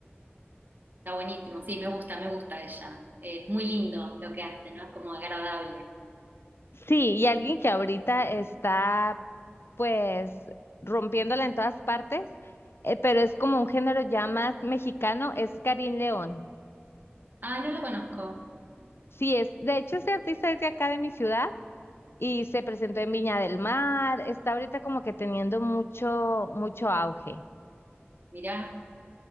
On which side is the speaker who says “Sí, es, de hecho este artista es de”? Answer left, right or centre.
Left